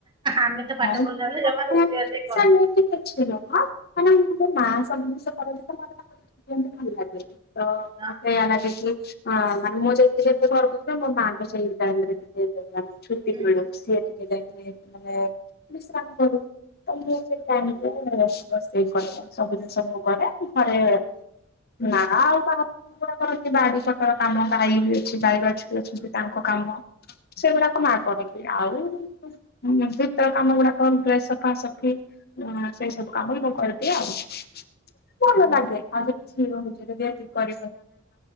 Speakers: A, on the right; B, on the left.
A: ଆମେ ପାଠ
B: ମାନେ
A: ପଢ଼ିଲା ବେଳେ ଜମା ରୋଷେଇବାସହିଁ କରୁନୁ।
B: ସେମିତି କିଛି ନୁହ ମାନେ ମୋ ମା ସବୁ ଯିନିଷ କରନ୍ତି ତ ମତେ ତାଙ୍କ ଠାରୁ ଶିଖିବାକୁ ଭଲ ଲାଗେ। ତ
A: ନା।
B: ମତେ ଏଇ ଲାଗିକି ମାନେ ମୁଁ ସେି ଯେତେ ଘରକୁଛି ମୋ ମାଆଙ୍କୁ ସେଇ ଜରେ। ଛୁଟି
A: ହୁଁ
B: ସି ଟିକେ ଯାଇକ ମାନେ କାମ କରୁ। <unintelligible> ତ ମୁଁ ସେଇ ଟାଇମ୍ ରେ ରୋଷେଇ କରିବା ସବୁ ଜିନିଷ ମୁ କରେ ଘରେ। ନା ଆଉ ତା କ କରନ୍ତି ବାଡି ପଖାର କାମ ଗାଇ ବି ଅଛି ଗାଇଗଛୀ ଅଛନ୍ତି ତାଙ୍କ କାମ ସେଗୁଡାକ ମା କରନ୍ତି ଆଉ କାମ ଗୁଡା କ ଡ୍ରେସ୍ ସଫା ସଫି, ସେଇ ସବୁ କାମ ମୁ କରିଦିଏ ଆଉ। ଭଲ
A: ହୁଁ
B: ଲାଗେ। <unintelligible> ତାପରେ ବାହା